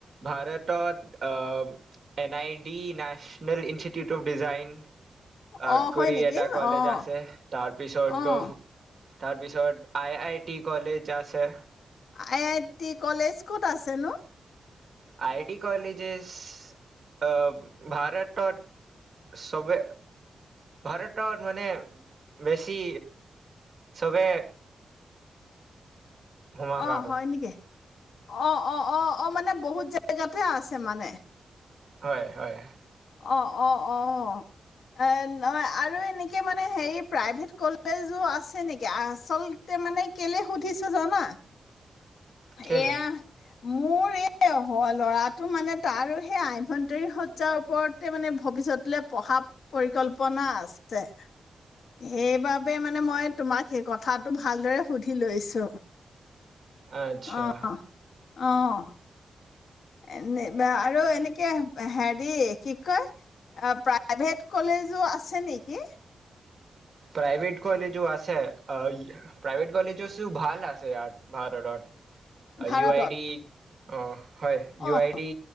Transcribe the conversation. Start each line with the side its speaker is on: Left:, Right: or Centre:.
Right: ভাৰতত অ' N I D national institute of design. অ',
Left: অঁ হয়
Right: কৰি
Left: নেকি
Right: এটা
Left: অঁ
Right: কলেজ আছে। তাৰপিছত
Left: অঁ
Right: গ তাৰপিছত আই আই টি কলেজ আছে।
Left: আই আই টিট কলেজ ক'ত আছেনো?
Right: আই ডি কলেজেছ অ', ভাৰতত চবে ভাৰতত মানে বেছি চবে হুমাকাটো
Left: অ, হয় নিকিহ? অ', অ', অ', অ', মানে বহুত জেগাতে আছে মানে।
Right: হয়, হয়।
Left: অ', অ', অ'। এ নয় আৰু এনেকে মানে হেৰি প্ৰাইভেট কলেজো আছে নেকি? আচলতে মানে কেলে সুধিছোঁ জানা?
Right: কেলে
Left: এয়াহ মোৰ এয় হ, ল'ৰাটো মানে তাৰো সেই আভ্যন্তৰীণ সজ্জাৰ ওপৰতে মানে ভৱিষ্যতলৈ পঢ়া পৰিকল্পনা আছে। সেইবাবে মানে মই তোমাক সেইকথাটো ভালদৰে সুধি লৈছো।
Right: আচ্ছা
Left: অ', অ'। এনেপ বা আৰু এনেকে হেৰি, কি কয়, প্ৰাইভেট কলেজো আছে নেকি?
Right: প্ৰাইভেট কলেজো আছে। এ প্ৰাইভেট কলেজেছো ভাল আছে য়াত। ভাৰতত।
Left: ভাৰতত?
Right: ইউ আই ডি। অহ। হয়,, ইউ
Left: অ',
Right: আই ডি